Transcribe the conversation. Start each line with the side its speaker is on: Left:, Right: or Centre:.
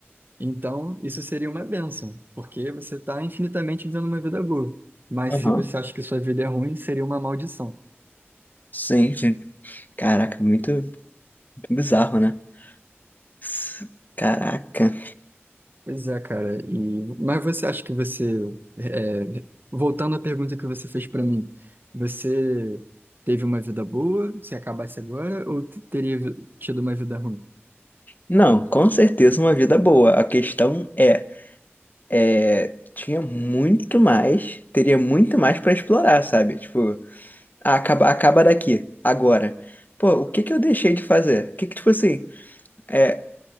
Right: então isso seria uma bênção, porque você está infinitamente vivendo uma vida boa. Mas
Left: Aham.
Right: se você acha que sua vida é ruim, seria uma maldição.
Left: Sim, sim. Caraca, muito, muito bizarro, né? S- Caraca.
Right: Pois é, cara. E, mas você acha que você, é, voltando à pergunta que você fez para mim, você teve uma vida boa, se acabasse agora, ou teria tido uma vida ruim?
Left: Não, com certeza uma vida boa. A questão é, é, tinha muito mais, teria muito mais pra explorar, sabe? Tipo, ah, acaba, acaba daqui, agora. Pô, o que que eu deixei de fazer? O que que, tipo assim. é,